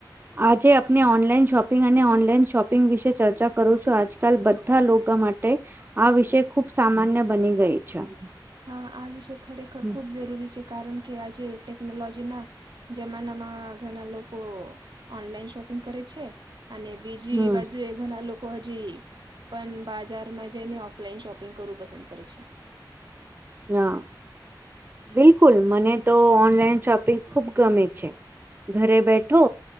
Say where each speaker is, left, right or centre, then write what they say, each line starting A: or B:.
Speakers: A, on the right (about 25°); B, on the right (about 70°).
A: આજે આપને ઓનલાઈન શોપિંગ અને ઓનલાઈન શોપિંગ વિશે ચર્ચા કરું છું આજકાલ બધા લોકો માટે. આ વિષય ખુબ સામાન્ય બની ગઈ છે.
B: હા આ વિષય ખરેખર
A: હમ
B: ખૂબ જરૂરી છે કારણ કે આજે ટેકનોલોજીના. જમાનામાં ઘણા લોકો ઓનલાઈન શોપિંગ કરે છે. અને બીજી
A: હમ
B: બાજુ એક. ઘણા લોકો હજી પણ બાજારમાં જઈને ઓફલાઈન શોપિંગ કરવું પસંદ કરે છે.
A: હા બિલકુલ મને તો ઓનલાઈન શોપિંગ ખુબ ગમે છે. ઘરે બેઠો